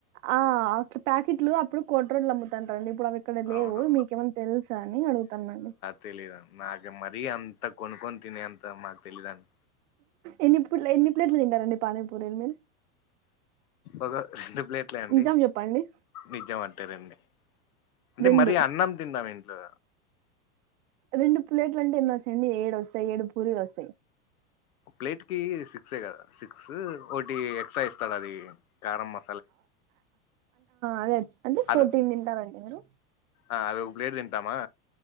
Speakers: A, on the right; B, on the left.
A: ఆ అట్లా ప్యాకెట్లు అప్పుడు కొట్రోడ్లో అమ్ముతాన్రండి ఇప్పుడు ఆవి ఇక్కడ లేవు
B: అవును
A: మీకేమన్నా తెల్సా అని అడుగుతన్నాండి
B: తెలీదడి మరీ అంత కొనుక్కొని తినేంతా మాకు తెలీదుండి
A: ఎన్ని పూరి ఎన్ని ప్లేట్లు తింటరండి పానీ పూరీలు మీరు
B: ఒక రెండు ప్లేట్లే అండి
A: నిజం చెప్పండి
B: నిజం అట్టేరండి అంటే
A: రెండు
B: మరి అన్నం తింటాం ఇంట్లో
A: రెండు ప్లేట్లు అంటే ఎనోత్సయండి ఏడు వస్తాయి ఏడు పూరీలు వస్తాయి
B: ఓ ప్లేట్కి సిక్సే కదా సిక్స్ ఒకటి ఎక్స్ట్రా ఇస్తాడు అది కారం మ
A: అదే అంటే ఫోర్టీన్
B: అది
A: తింటారెండి మీరు
B: ఆ అదొక ప్లేట్ తింటామా